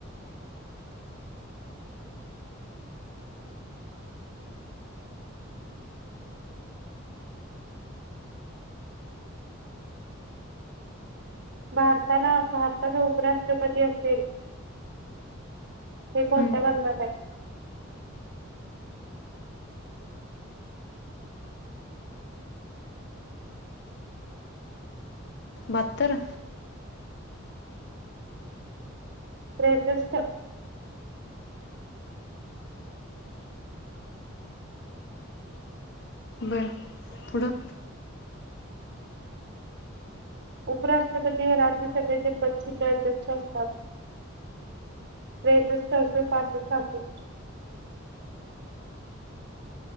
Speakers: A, on the right (about 55°); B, on the left (about 55°).
A: भारताला भारताचा उपराष्ट्रपती असेल हे कोणत्या
B: हं.
A: कलमात आहे
B: बत्तर
A: प्रशिष्ट
B: बर पुडं
A: उपराष्ट्रपती हे राज्यसभेचे प्रसिद्ध अध्यक्ष असतात त्रेसष्टौ पासष्टष्ट